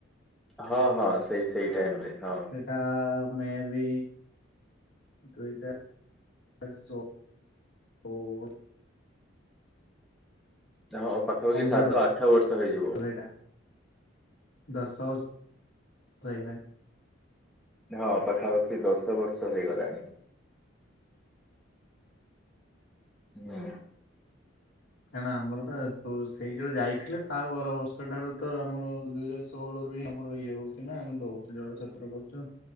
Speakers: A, in the centre; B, on the left.
A: ହଁ ହଁ ସେଇ ସେଇ ଟାଇମ୍ ରେ ହଁ।
B: ସେଟା ମେ ବି ଦୁଇ <unintelligible> ଷୋହଳ
A: <unintelligible>
B: ପନ୍ଦର
A: ସାତ ଆଠ ବର୍ଷ ହେଇଯିବ।
B: ପୁରେଟା। ଦଶ ବର୍ଷ ହେଇଗଲାଣି।
A: ହଁ ପାଖାପାଖି ଦଶ ବର୍ଷ ହେଇଗଲାଣି। ହୁଁ।
B: କାରଣ ଆମରଟା ତ ସେଇ ଯୋଉ ଯାଇଥିଲେ ତା ପର ବର୍ଷ ଠାରୁ ତ ଆମର ଦୁଇ ଷୋଳ ରୁ ଇଏ ଆମର ଇଏ ହଉଛି ନା ଆମେ ଦଉଛୁ ଜଳ ଛତ୍ର ବଣ୍ଟନ।